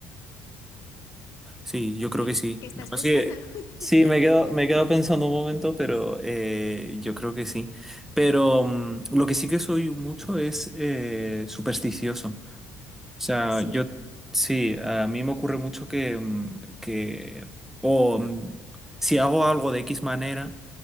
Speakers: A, in the centre; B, on the left.
A: Sí, yo creo
B: ¿Qué,
A: que sí.
B: qué estás
A: No,
B: pensando?
A: sí,
B: <laughs>
A: sí, me he quedado, me he quedado pensando un momento, pero eh, yo creo que sí. Pero mm, lo que sí que soy mucho es eh, supersticioso. O sea,
B: ¿Ah, sí?
A: yo sí, a mí me ocurre mucho que, mm, que o mm, si hago algo de X manera,